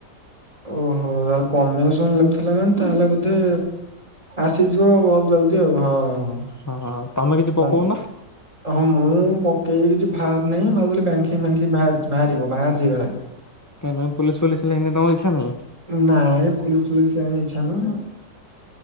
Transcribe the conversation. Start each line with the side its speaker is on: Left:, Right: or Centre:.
Right: ଓହୋ ତାରେ କମିଂ ସୂନ୍ ନଥିଲା ମାନେ ତାହେଲେ ବୋଧେ ଆସିଯିବ ଆଉ ବହୁତ ଜଲଦି ଆଉ ହଁ।
Left: ହଁ ହଁ ଆଉ ତମେ କିଛି
Right: ମାନେ
Left: ପକଉନ।
Right: ହଁ ମୁଁ ପକେଇବି କିଛି ବାହାରି ନାହିଁ ଭାବିଲି ବ୍ୟାଙ୍କିଙ୍ଗ ଫଙ୍କିଙ୍ଗ ବାହାରିବ ବାହାରିଛି କାଳେ।
Left: କାଇଁ ତମେ ପୋଲିସ ଫୋଲିସ ଲାଇନ ତମ ଇଚ୍ଛା ନାହିଁ।
Right: ନାଇ ପୋଲିସ ଫୋଲିସ ଲାଇନ ରେ ଇଚ୍ଛା ନାହିଁ।